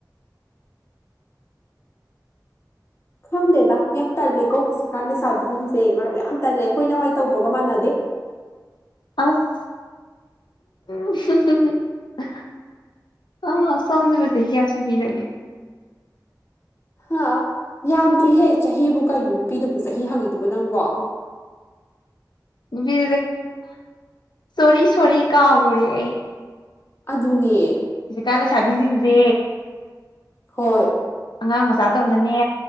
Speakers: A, on the left; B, on the left.
A: ꯈꯪꯗꯦꯗ ꯌꯥꯝ ꯇꯜꯜꯂꯤꯀꯣ ꯍꯧꯖꯤꯛꯀꯥꯟꯗ ꯁꯥꯥꯕꯤꯁꯤꯡꯁꯦ ꯃꯔꯨꯞ ꯌꯥꯝ ꯇꯜꯂꯦ ꯑꯩꯈꯣꯏ ꯅꯋꯥꯏ ꯇꯧꯕꯒ ꯃꯥꯟꯅꯗꯦ
B: ꯑꯁ ꯑ ꯁꯣꯝꯖꯕꯁ ꯍ ꯀꯌꯥꯁꯨꯕꯤꯔꯦ
A: ꯍꯥ ꯌꯥꯝꯗ꯭ꯔꯤꯍꯦ ꯆꯍꯤꯕꯨ ꯀꯩꯅꯣ ꯅꯨꯄꯤꯗꯨꯕꯨ ꯆꯍꯤ ꯍꯪꯉꯤꯗꯨꯕ ꯅꯪꯕꯣ
B: ꯕꯤ ꯁꯣꯔꯤ ꯁꯣꯔꯤ ꯀꯥꯎꯔꯨꯔꯦ ꯑꯩ
A: ꯑꯗꯨꯅꯦ
B: ꯍꯧꯖꯤꯛ ꯀꯥꯟ ꯂꯩꯁꯕꯤꯁꯤꯡꯁꯦ
A: ꯍꯣꯏ
B: ꯑꯉꯥꯡ ꯃꯆꯥ ꯇꯧꯅꯅꯦ